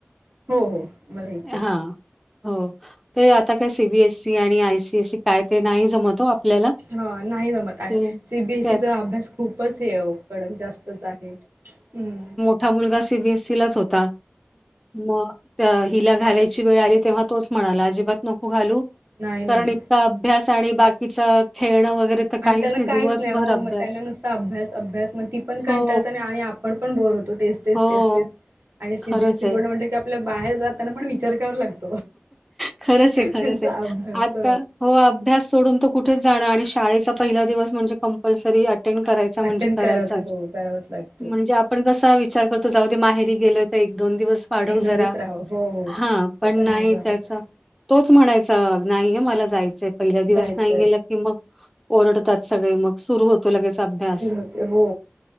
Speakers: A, on the right; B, in the centre.
A: हो हो मला याचं
B: हां,
A: आहे
B: हो ते आता काय सीबीएसई आणि आय सीएसई काय ते नाही जमतो आपल्याला
A: हा नाही जमत
B: ते
A: सीबीएसईचा
B: त्यात
A: अभ्यास खूपच हे कडक जास्तच आहे हम्म
B: मोठठा मुलगा सीबीएसईलाच होता मग हिला घालायची वेळ आली तेव्हा तोच म्हणाला अजिबात नको घालू
A: नाही नाही
B: कारण इ अभ्यास आणि बाकीच खेळणं वगैरे तर
A: आणि त्यांना काहीच
B: दिवसभर
A: नाही हो
B: अभ्यास."
A: मग त्यांना नुससा अभ्यास अभ्यास मग ति पण कंटाळ
B: हो,
A: आणि आपण पण बोर होतो तेच तेच
B: हो.
A: तेच तेच आणि सीबीसई
B: खरंच
A: बोर्ड
B: आहे.
A: म्हण ते आपल्या बाहेर जात त्यांना पण विचार करा लागतो
B: खरंच आहे खरंच
A: त्यांचा
B: आहे
A: अभ्यास
B: आता हो अभ्यास सोडून तो कुठेच जाणं आणि शाळेचा पहिला दिवस म्हणजे कंपल्सरी अटेंड करायच म्हण
A: अटेंड करायचा
B: क
A: हो करावाच लागतो
B: म्हण पण कसा विचार करतो जाऊद माहेरी गेलो तर एक दोन दिवस पाढव
A: एक दोन
B: जरा
A: दिवस राहावं हो हो
B: हा पण
A: तसं
B: नाही
A: जमत
B: त्याच तोच म्हणायचा नाहीये मला जायचंय पहिल्या दिवस
A: जायचंय
B: नाही गेलं की मग ओरडतात सगळे मग सुरू होतो लगेच अभ्यास
A: सुरू होते हो